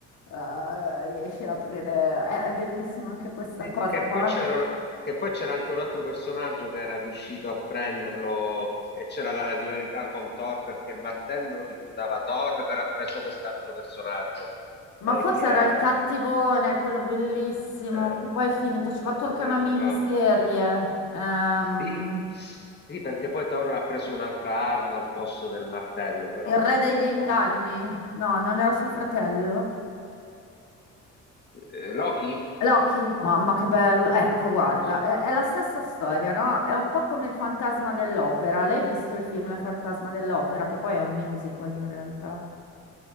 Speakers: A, on the left; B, on the left.
A: eh, riesci ad aprire. È, è bellissima anche questa
B: Sì,
A: cosa
B: Che
A: qua.
B: poi c'era che poi c'era anche un altro personaggio che era riuscito a prenderlo e c'era la rivalità con Thor perché il martello rifiutava Thor, però ha preso quest'altro personaggio.
A: Ma
B: Eh,
A: forse
B: chi era?
A: era il cattivone, quello bellissimo,
B: Eh,
A: che poi è finito. Ci ho
B: eh,
A: fatto
B: non
A: anche
B: me
A: una
B: lo
A: miniserie.
B: ricordo.
A: Ehm
B: Sì, sì, perché poi Thor ha preso un'altra arma al posto del martello, però
A: Il
B: ora
A: re
B: non
A: degli
B: mi ricordo.
A: inganni? No, non era suo fratello.
B: Eh, Loki?
A: Loki? Mamma che bello. Ecco, guarda,
B: No.
A: è, è la stessa storia, no? È un po' come il fantasma dell'opera. L'hai visto il film Il fantasma dell'opera, che poi è un musical in realtà.